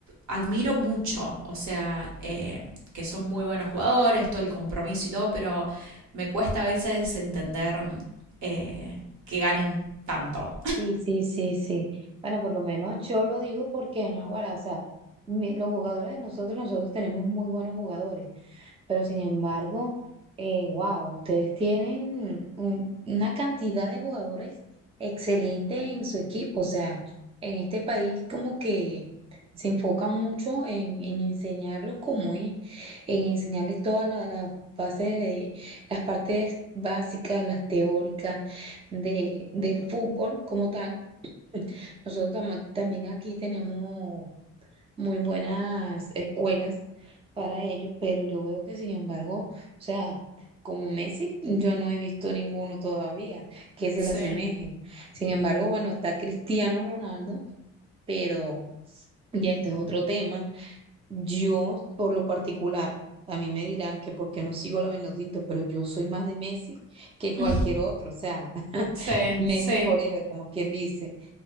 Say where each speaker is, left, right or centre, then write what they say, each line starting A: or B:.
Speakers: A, on the right; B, on the right.
A: admiro mucho, o sea, eh, que son muy buenos jugadores, todo el compromiso y todo, pero me cuesta a veces entender eh, que ganen tanto.
B: Sí, sí, sí, sí. Bueno, por lo menos yo lo digo porque, no, bueno, o sea, mi- los jugadores de nosotros, nosotros tenemos muy buenos jugadores. Pero sin embargo, wow, ustedes tienen un- una cantidad de jugadores excelentes en su equipo. O sea, en este país como que se enfocan mucho en, en enseñarlos cómo es, en enseñarles todas la- las bases de las partes básicas, las teóricas de, del fútbol como tal. Nosotros tamo- también aquí tenemos muy buenas escuelas para ello, pero yo veo que sin embargo, o sea, como Messi, yo no he visto ninguno todavía que se
A: Sí,
B: le asemeje. Sin embargo, bueno, está Cristiano Ronaldo, pero ya este es otro tema. Yo, por lo particular, a mí me dirán que porque no sigo la Benedicto, pero yo soy más de Messi que cualquier
A: <laughs>
B: otro, o sea, <laughs>
A: sí,
B: Messi
A: sí,
B: forever, como quien dice.